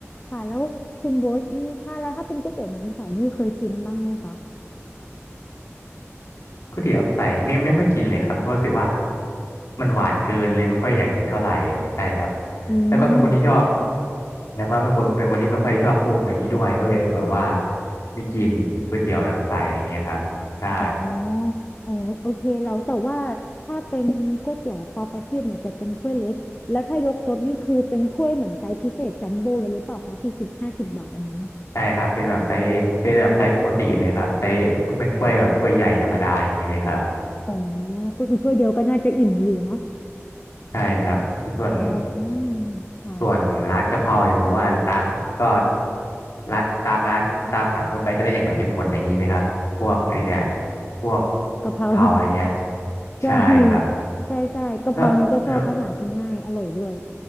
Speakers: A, on the left; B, on the left.
A: ค่ะแล้วคุณโบทนี่ถ้าแล้วถ้าเป็นก๋วยเตี๋ยวน้ำใสนี่เคยกินบ้างไหมคะ
B: ปกติน้ำใสไม่ไม่ค่อยกินเลยครับเพราะรู้สึกว่ามันหวานเกินเลยไม่ค่อยอยากกินเท่าไหร่ใช่ครับ
A: อืม
B: แล้วก็เป็นคนอืที่ชอมบมแล้วก็เป็นคนเป็นคนที่ไม่ค่อยชอบปรุงอะไรอย่างนี้ด้วยก็เลยแบบว่าไม่กินก๋วยเตี๋ยวน้ำใสอะไรเงี้ยครับใช่
A: อ๋อเออโอเคแล้วแต่ว่าถ้าเป็นก๋วยเตี๋ยวปอประทีปเนี่ยจะเป็นถ้วยเล็กแล้วถ้ายกซดนี่คือเป็นถ้วยเหมือนไซส์พิเศษจัมโบ้เลยหรือเปล่าคะสี่สิบห้าสิบบาทอันนั้น
B: ใช่ครับเป็นแบบไซส์เป็นแบบไซส์ปกติเลยครับไซส์เป็นถ้วยแบบถ้วยใหญ่ธรรมดาอย่างนี้เลยครับ
A: อ๋อก็คือถ้วยเดียวก็น่าจะอิ่มอยู่เนาะ
B: ใช่ครับส่วน
A: อ๋อค่ะ
B: ส่วนร้านกะเพราเนี่ยผมว่าตาก็ร้านตามร้านตามสั่งทั่วไปก็ได้อย่างเหมือนกันหมดอะไรอย่างนี้ไหมครับพวกไอเนี่ยพวก
A: กะเพรา
B: กะเพราอะไรเงี้ยอ
A: <laughs> ใช่
B: ใช่ครับ
A: ใช่ใช่กะเพรานิ้วก็ชอบเพราะหากินง่ายอร่อยด้วย
B: แล้วแล้ว